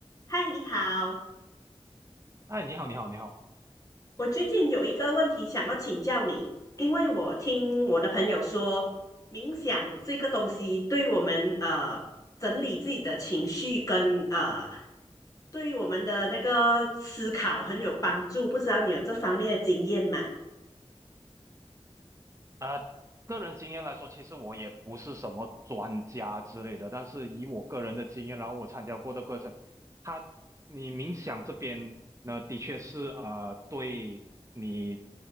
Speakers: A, on the left; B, on the right.
A: 嗨，你好，
B: 哎，你好，你好，你好。
A: 我最近有一个问题想要请教你，因为我听我的朋友说，冥想这个东西对我们呃整理自己的情绪跟呃对于我们的那个思考很有帮助，不知道你有这方面的经验吗？
B: 呃，个人经验来说，其实我也不是什么专家之类的，但是以我个人的经验，然后我参加过的课程，它你冥想这边呢，的确是呃，对你